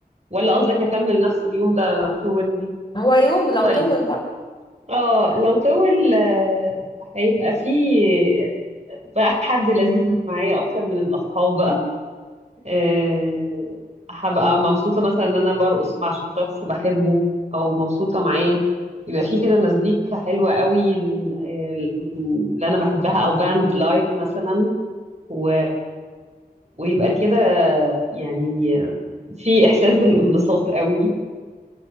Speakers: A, on the right; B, on the left.
A: ولا قصدك اكمل نفس اليوم ده لو طول
B: هو يوم لو
A: طيب
B: طول بقى
A: اه لو طول آه، هيبقى فيه بقى حد لذيذ معايا اكتر من الاصحاب بقى آه، هبقى مبسوطة مثلا ان انا برقص مع شخص بحبه او مبسوطة معاه يبقى في كده مزيكا حلوة قوي ال- ال- اللي انا بحبها او باند لايف مثلا و... ويبقى كده يعني في احساس بالانبساط قوي